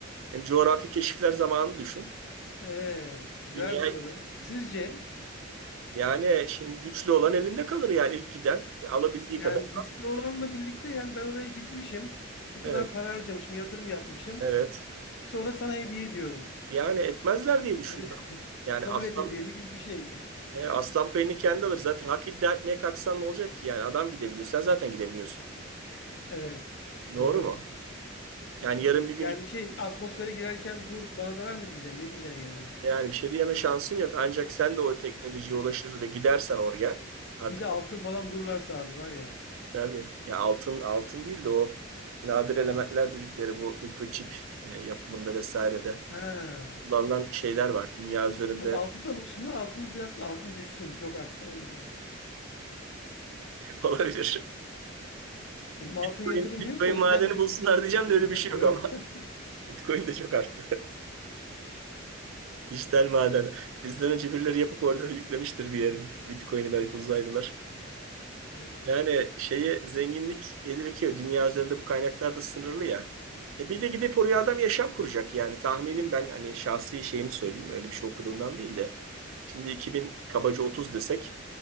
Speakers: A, on the right (about 75°); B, on the left (about 60°).
A: Yani coğrafi keşifler zamanını düşün.
B: Evet. Güzel
A: Dünya
B: bir soru. Sizce?
A: yani şimdi güçlü olan elinde kalır yani ilk giden alabildiği
B: Yani
A: kadar.
B: güçlü olanla birlikte yani ben oraya gitmişim. Bu kadar
A: Evet,
B: para harcamışım, yatırım yapmışım.
A: evet.
B: Sonra sana hediye ediyorum.
A: Yani etmezler diye düşünüyorum.
B: Yani <laughs>
A: Yani
B: kabul
A: aslan
B: et hediyemi gibi bir şey. <laughs>
A: e, aslan payını kendi alır. Zaten hak iddia etmeye kalksan ne olacak ki? Yani adam gidebiliyor. Sen zaten gidemiyorsun.
B: Evet.
A: Doğru
B: Doğru.
A: mu? Yani yarın bir gün
B: Yani şey atmosfere girerken dur bana da verme diyeceksin. Ne diyeceksin yani?
A: yani bir şey diyeme şansın yok. Ancak sen de o teknolojiye ulaşır ve gidersen oraya artık
B: Bir de altın falan bulurlarsa abi var ya.
A: tabii ya altın altın değil de o nadir elementler dedikleri bu mikroçip e, yapımında vesairede
B: Ha.
A: kullanılan şeyler var. Dünya üzerinde
B: Abi altın da bulsunlar. Altın biraz altın düşsün. Çok arttı o yüzden.
A: <laughs> olabilir.
B: Benim altın
A: Bitcoin,
B: yatırımım
A: Bitcoin
B: yok. O
A: madeni
B: yüzden düşmesini
A: bulsunlar diyeceğim
B: düşmesini
A: de öyle bir
B: bekliyorum.
A: şey yok ama
B: <laughs>
A: <laughs> Bitcoin de çok arttı. Dijital maden. Bizden önce birileri yapıp orada yüklemiştir bir yere Bitcoin'i belki uzaylılar.
B: Evet.
A: Yani şeye zenginlik gelir dünya üzerinde bu kaynaklar da sınırlı ya. E bir de gidip oraya adam yaşam kuracak yani tahminim ben hani şahsi şeyimi söyleyeyim öyle bir şey okuduğumdan değil de. Şimdi 2000 kabaca 30 desek